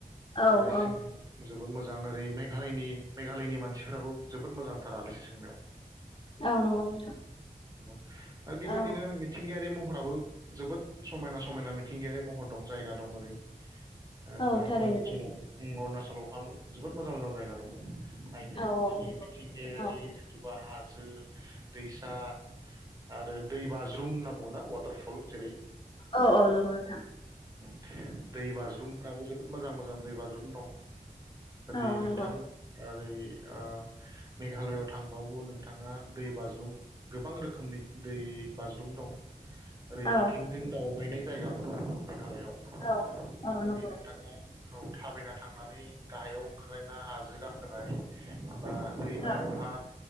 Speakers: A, on the left; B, on the right.
A: औ
B: आलासि
A: औ
B: सोंनायावबो मोज जोबोद मोजां ओरै मेघालयनि मेघालयनि मानसिफ्राबो जोबोद मोजांथार आलासि सोंनायाव।
A: औ नोंगौ नोंथां।
B: ओ बेबायदिनो
A: औ
B: मिथिंगाया रि महराबो जोबोद समायना समायना मिथिंगायारि महर दं जायगा दं। ओरै ओ अरुणाचलाव
A: औ थारैनो नंगौ
B: उम अरुणाच लावहा जोबोद मोजां मोजां जायगा दं। नायनो
A: औ औ
B: बिनि
A: नंगौ
B: मिथिंगायारि
A: औ
B: जिथुबा हाज जो दैसा आरो दैबाज्रुम होनना बुङोना वाटारफल जेरै
A: औ औ नंगौ नोंथां
B: <unintelligible> दै बाज्रुम जोबोद मोजां मोजां दै बाज्रुम दं।
A: ओ,
B: ओरै
A: औ
B: नोंथां
A: नंगौ
B: ओरै ओ मेघालयआव थांबावो नोंथाङा दै बाज्रुम गोबां रोखोमनि दै बाज्रुम दं। ओरै
A: औ
B: आथिंजों दावबायनाय जायगाबो दं। मेघालयआव
A: औ
B: थांनानै
A: औ नंगौ
B: नों औ थाबायना थांनानै गाहायाव ओंख्रायना हाजो गाखोनाय। बा दैमायावहा
A: औ